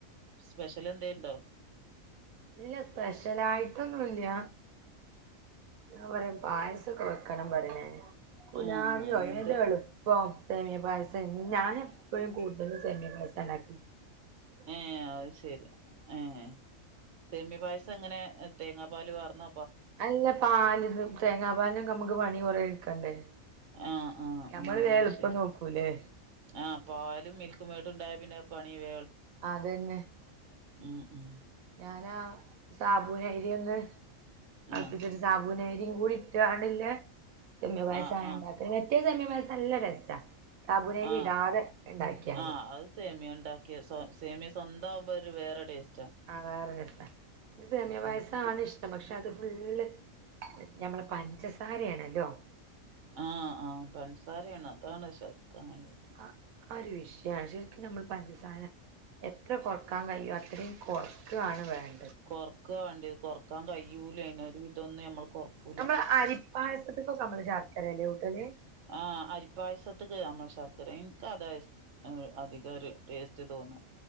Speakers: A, on the right; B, on the right.
A: സ്പെഷ്യൽ എന്തേ ഉണ്ടോ
B: ഇല്ല സ്പെഷ്യലായിട്ടൊന്നുല്ല
A: ഉം
B: ഞാ പറയാ പായസൊക്കെ വെക്കണം പറന് കുലാബിയോ
A: ആഹ് എന്ത്
B: ഏത് എളുപ്പം സെമിയ പായസ ഞാൻ എപ്പോഴും കൂട്ടുതലും സെമിയ പായസ ഉണ്ടാക്കി
A: ഏഹ് അത് ശരി ഏഹ് സേമിയ പായസം എങ്ങനെ തേങ്ങാ പാൽ വർന്ന
B: അല്ല പാല് ഇത് തേങ്ങാ പാലുംക്കെ നമുക്ക് പണി കുറ എടുക്കണ്ടേ
A: ആഹ് ആഹ്
B: ഞമ്മള്
A: ആഹ്
B: വേം
A: അത്
B: എളുപ്പം
A: ശരി
B: നോക്കൂലേ
A: ആഹ് പാലും മിൽക്ക്‌മേടും ഉണ്ടായ പിന്നെ പണി വേ
B: അതന്നെ
A: ഉം ഉം
B: ഞാനാ സാബൂന് എരിയ ഒന്ന് കളപ്പിച്ചിട്ട്
A: ആഹ്
B: സാബൂന് <unintelligible> സമ്യ പായസ
A: ആഹ് ആഹ്
B: ഉണ്ടാക്ക വറ്റയ സമ്യ പായസം അല്ല ടെസ്റ്റാ സാബുനേരി
A: ആഹ്
B: ഇടാതെ ഉണ്ടാക്കിയാല്
A: ആഹ് അത് സേമിയ ഉണ്ടാക്കിയ സമി സ്വന്തമാവുമ്പോ ഒരു വേറെ ടേസ്റ്റ്
B: ആ വേറെ രസ എനിക്ക് സമിയ പായസാണ്
A: ഉം
B: ഇഷ്ടം പക്ഷെ അത് ഫുള്ള് ഞമ്മൾ പഞ്ചസാരയാണല്ലോ?
A: ആഹ ആഹ പഞ്ചസാരയാണ് അതാണ് സഹിക്കാൻ കഴിയാത്ത
B: ആ ആ ഒരു വിഷയമാണ് ശരിക്കും നമ്മൾ പഞ്ചസാര എത്ര കുറക്കാൻ കഴിയും അത്രയും കുറക്കയാണ് വേണ്ട
A: കൊറക്കാ വേണ്ടിത് കൊറക്കാൻ കഴിയൂല അതിനൊരു വിട്ടൊന്നന്ന് നമ്മൾ കൊറക്കൂല
B: നമ്മള് അരിപ്പായസത്തിക്കൊക്കെ നമ്മള് <unintelligible>
A: ആ് അരിപ്പായസത്തക്ക് നമ്മൾ ശർക്കര എനിക്ക് അതാ ഇഷ് അതികം ഇത ഒരു ടേസ്റ്റ് തോന്ന